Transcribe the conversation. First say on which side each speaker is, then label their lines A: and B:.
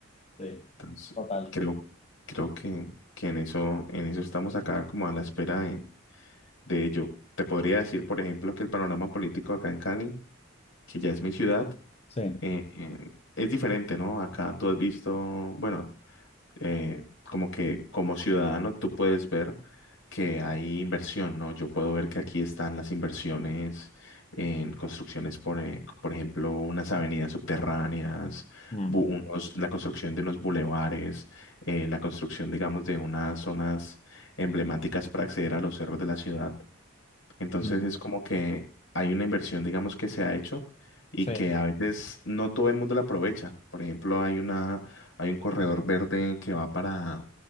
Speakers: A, on the left; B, on the left.
A: Sí.
B: Entonces,
A: Total.
B: creo, creo que, que en eso, en eso estamos acá como a la espera de, de ello. Te podría decir, por ejemplo, que el panorama político acá en Cali, que ya es mi ciudad,
A: Sí.
B: eh, eh, es diferente, ¿no? Acá tú has visto, bueno, eh, como que como ciudadano tú puedes ver que hay inversión, ¿no? Yo puedo ver que aquí están las inversiones en construcciones, por, e- por ejemplo, unas avenidas subterráneas,
A: Mm.
B: bu- unos, la construcción de unos bulevares, eh, la construcción, digamos, de unas zonas emblemáticas para acceder a los cerros de la ciudad. Entonces
A: Mm.
B: es como que hay una inversión, digamos, que se ha hecho y
A: Sí.
B: que a veces no todo el mundo la aprovecha. Por ejemplo, hay una, hay un corredor verde que va para